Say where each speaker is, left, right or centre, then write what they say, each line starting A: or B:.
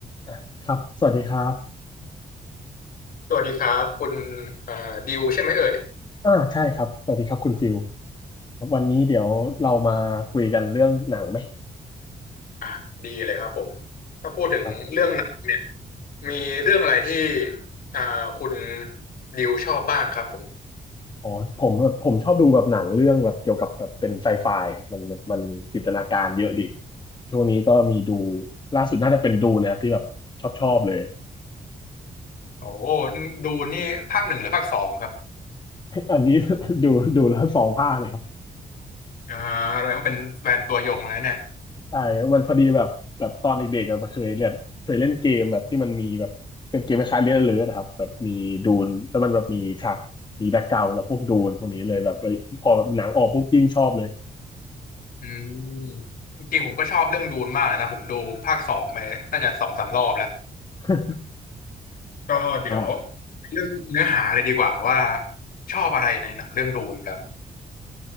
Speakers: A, on the left; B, on the left.
A: อ่ะครับ สวัสดีครับ
B: สวัสดีครับคุณเอ่อดิวใช่ไหมเอ่ย
A: อ่าใช่ครับ สวัสดีครับคุณฟิลครับวันนี้เดี๋ยวเรามาคุยกันเรื่องหนังไหม
B: อ่ะดีเลยครับผมถ้าพูดถึงเรื่องหนังเนี่ย
A: ครับ
B: มีเรื่องอะไรที่อ่าคุณดิวชอบบ้างครับผม
A: อ๋อผมผมชอบดูแบบหนังเรื่องแบบเกี่ยวกับแบบเป็นไซไฟครับมันแบบมันจินตนาการเยอะดีช่วงนี้ก็มีดูล่าสุดน่าจะเป็นดูนะครับที่แบบชอบชอบเลย
B: โอ้โหนี่ดูนี่ภาคหนึ่งหรือภาคสองครับ
A: อันนี้ <laughs> ดูดูแล้วสองภาคเลยครับ
B: อ่าแสดงว่าเป็นแฟนตัวยงแล้วเนี่ย
A: ใช่มันพอดีแบบแบบตอนเด็กๆอะเคยเล่นเคยเล่นเกมแบบที่มันมีแบบเป็นเกมคล้ายๆเล่นเลิร์ครับแบบมีดูนแล้วมันแบบมีฉากมีแบ็กกราวด์แบบพวกดูนพวกนี้เลยแบบเอ้ยพอแบบหนังออกปุ๊บยิ่งชอบเลย
B: อืมจริงๆผมก็ชอบเรื่องดูนมากเลยนะผมดูภาคสองไปน่าจะสองสามรอบแล้ว
A: <laughs>
B: ก็เดี๋ยว
A: อ่า
B: เรื่องเนื้อหาเลยดีกว่าว่าชอบอะไรในหนังเรื่องดูนครับ